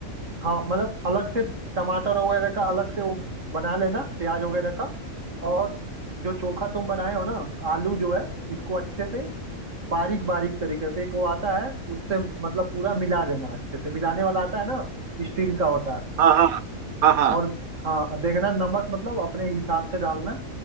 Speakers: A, on the right; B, on the right.
A: हाँ मतलब अलग से टमाटर वगैरह का अलग से वो बना लेना प्याज वगैरह का और जो चोखा तुम बनाए हो ना आलू जो है इसको अच्छे से बारीक बारीक तरीके से एक वो आता है उससे मतलब पूरा मिला देना अच्छे से मिलाने वाला आता है ना स्टील का होता है
B: हाँ हाँ हाँ हाँ
A: और हाँ देखना नमक मतलब अपने हिसाब से डालना